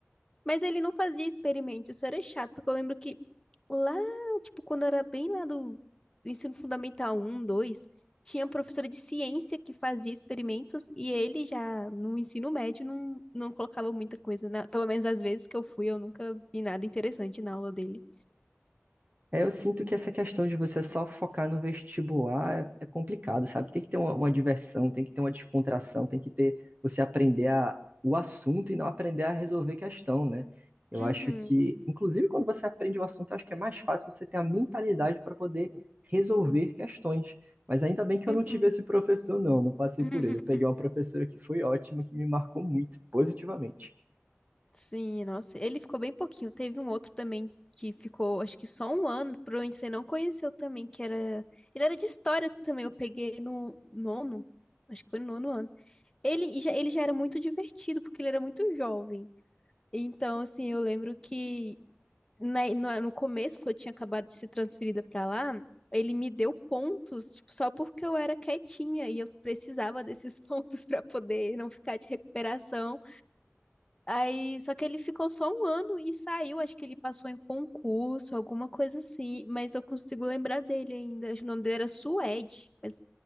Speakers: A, on the left; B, on the right.
A: mas ele não fazia experimento, isso era chato, porque eu lembro que lá, tipo, quando eu era bem lá do, do ensino fundamental um 2 tinha professora de ciência que fazia experimentos e ele já no ensino médio não, não colocava muita coisa, na, pelo menos às vezes que eu fui, eu nunca vi nada interessante na aula dele.
B: É, eu sinto que essa questão de você só focar no vestibular é, é complicado, sabe? Tem que ter uma, uma diversão, tem que ter uma descontração, tem que ter você aprender a, o assunto e não aprender a resolver questão, né? Eu
A: Uhum,
B: acho que, inclusive, quando você aprende o assunto, eu acho que é mais fácil você ter a mentalidade para poder resolver questões. Mas ainda bem que eu
A: uhum.
B: não tive esse professor, não, não passei
A: <laughs>
B: por ele. Eu peguei uma professora que foi ótima, que me marcou muito, positivamente.
A: Sim, nossa, ele ficou bem pouquinho. Teve um outro também que ficou, acho que só um ano, provavelmente você não conheceu também, que era. Ele era de história também, eu peguei no nono, acho que foi no nono ano. Ele já, ele já era muito divertido, porque ele era muito jovem. Então, assim, eu lembro que na- no, no começo, quando eu tinha acabado de ser transferida pra lá, ele me deu pontos, tipo, só porque eu era quietinha e eu precisava desses <laughs> pontos pra poder não ficar de recuperação. Aí, só que ele ficou só um ano e saiu. Acho que ele passou em concurso, alguma coisa assim. Mas eu consigo lembrar dele ainda. Acho que O nome dele era Suede. Mas